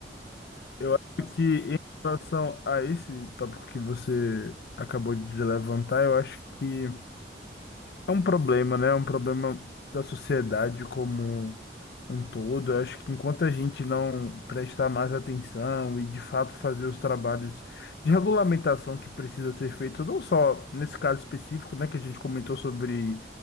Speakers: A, in the centre; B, on the left.
A: É,
B: Eu acho
A: então, assim,
B: que
A: é isso.
B: em relação a esse tópico que você acabou de levantar, eu acho que É um problema, né? É um problema da sociedade como um todo. Eu acho que enquanto a gente não prestar mais atenção e de fato fazer os trabalhos de regulamentação que precisa ser feito, não só nesse caso específico, né, que a gente comentou sobre